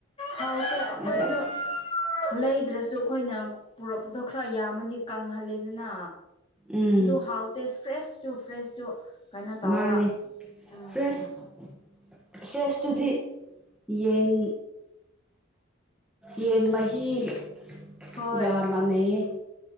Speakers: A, on the left; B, in the centre.
A: ꯍꯥꯎꯀꯣ ꯑꯈꯣꯏꯁꯨ
B: ꯑꯗꯣ ꯑꯁ
A: ꯂꯩꯗ꯭ꯔꯁꯨ꯫ ꯈꯣꯏꯅ ꯄꯨꯔꯛꯄꯗꯣ ꯈꯔ ꯌꯥꯝꯃꯗꯤ ꯀꯪꯍꯜꯂꯦꯗꯅ
B: ꯎꯝ
A: ꯑꯗꯨ ꯍꯥꯎꯇꯦ꯫ ꯐ꯭ꯔꯦꯁꯇꯨ ꯐ꯭ꯔꯦꯁꯇꯨ ꯀꯩꯅꯣ ꯇꯧꯕ
B: ꯃꯥꯅꯦ
A: ꯎꯝ
B: ꯐ꯭ꯔꯦꯁ ꯐ꯭ꯔꯦꯁꯇꯨꯗꯤ ꯌꯦꯟ꯫ ꯌꯦꯟ ꯃꯍꯤꯒ
A: ꯍꯣꯏ
B: ꯃꯥꯟꯅꯩꯌꯦ꯫